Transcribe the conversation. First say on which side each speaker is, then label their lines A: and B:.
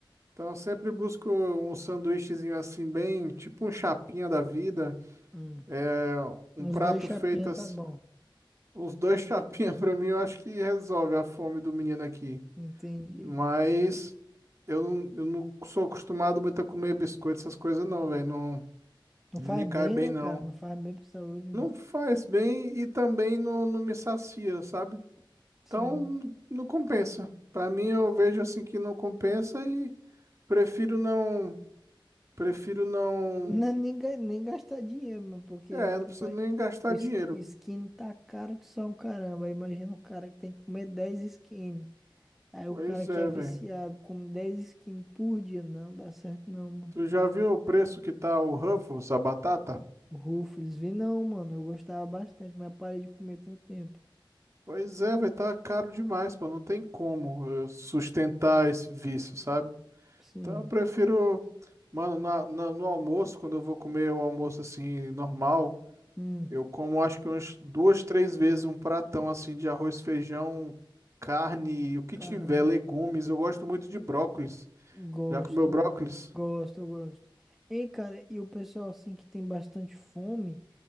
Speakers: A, on the right; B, in the centre.
A: Então eu sempre busco um sanduíchezinho assim bem, tipo um chapinha da vida
B: Hum.
A: É, um
B: Uns
A: prato
B: dois chapinha
A: feito assim,
B: tá bom.
A: uns dois chapinhas <laughs> pra mim, eu acho que resolve a fome do menino aqui.
B: Entendi.
A: Mas eu não, eu não sou acostumado muito a comer biscoito, essas coisas não, velho. Não,
B: Não
A: não
B: faz
A: me cai
B: bem,
A: bem,
B: né,
A: não.
B: cara? Não faz bem pra saúde, mano.
A: Não faz bem e também não, não me sacia, sabe?
B: Sim.
A: Então não não compensa. Pra mim, eu vejo assim que não compensa e prefiro não. Prefiro não.
B: Não, é nem, ga- nem gastar dinheiro, mano, porque
A: É,
B: ima-
A: não preciso nem gastar
B: o es-
A: dinheiro.
B: skin tá caro que só um caramba. Aí Imagina o cara que tem que comer 10 skin. Aí
A: Pois
B: o cara que
A: é,
B: é viciado
A: velho.
B: come 10 skin por dia. Não dá certo não, mano.
A: Tu já viu o preço que tá o Ruffles, a batata?
B: Ruffles, vi não, mano. Eu gostava bastante, mas parei de comer tem um tempo.
A: Pois é, vai tá caro demais, pô. Não tem como eu sustentar esse vício, sabe?
B: Sim.
A: Então eu prefiro, mano, na, na- no almoço, quando eu vou comer o almoço assim, normal,
B: Hum,
A: eu como acho que umas duas, três vezes um pratão assim de arroz, feijão, carne, o que
B: caramba.
A: tiver, legumes. Eu gosto muito de brócolis.
B: Gosto.
A: Já comeu brócolis?
B: Gosto, eu gosto. Ei, cara, e o pessoal assim que tem bastante fome,